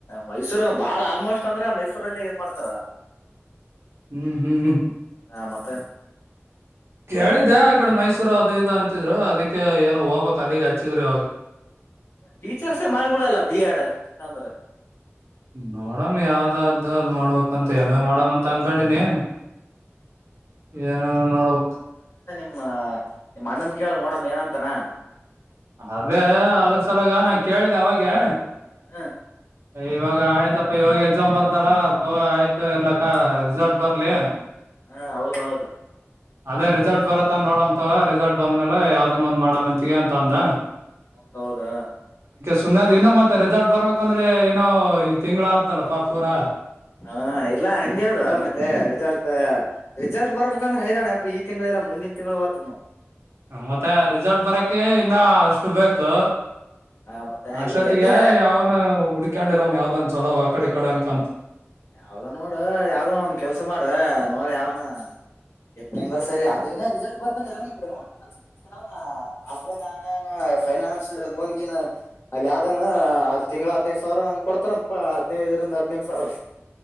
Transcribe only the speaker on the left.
ಮೈಸೂರು ಬಾಳ ಆಲ್ಮೋಸ್ಟ್ ಅಂದ್ರೆ ಮೈಸೂರಲ್ಲಿ ಇದ ಮಾಡ ಹರ <unintelligible>
ಹ ಮತ್ತೆ
ಟೀಚರ್ಸೆ ಮಾಡ್ಬಿಡಲ್ಲ ಬಿ ಆಡ್ ಚನ್ನ ಅಂದ್ರ
ನಿ ಅಣ್ಣನ್ ಕೇಳ ನೋಡಮ್ಮ ಏನಂತನ
ಹ್ಮ್
ಹಾ ಹೌದೌದು
ಹೌದೌದಾ
ಹಾ ಇಲ್ಲಾ ಹಂಗಗೆ ಅದು ಮತ್ತೆ ರಿಸಲ್ಟ್ ರಿಸಲ್ಟ್ ಬರ್ಬೇಕಂದ್ರೆ ಹೈ್ದಣ <unintelligible> ಅಪ್ಪ ಈ ತಿಂಗಳಲ್ಲ ಲ್ಲ ಮುಂದಿನ ತಿಂಗಳು ಆತದ
ಆ ಮತ್ತೆ
ಇವ್ರ ಎಲ್ಲಿ
ಯಾವ್ದ ನೋಡ್ ಯಾವ್ದನ ಒಂದ್ ಕೆಲ್ಸ ಮಾಡ ನೋಡ ಯಾವನ ಎಪ್ಪೊಂದರ್ ಸರಿ ಅದ ಇನ ರಿಸಲ್ಟ್ ಬರ್ತೆ ನೋಡಿ ಸ ಆಫ್ಲನ್ ಆ ಫೈನಾನ್ಸ್ ಲೋನ್ಗನ ಅಲ್ಲಿಾನ ಹ ಅಲ್ಲಿ ತಿಂಳ ಹದ್ದು ಸಾವಿರ ಹಂಗ್ ಕೊಡ್ತಾರ ಅಂತಾ ಹದಿನೈದರಿಂದ ಹದ್ನೆಂ ಸಾವಿರ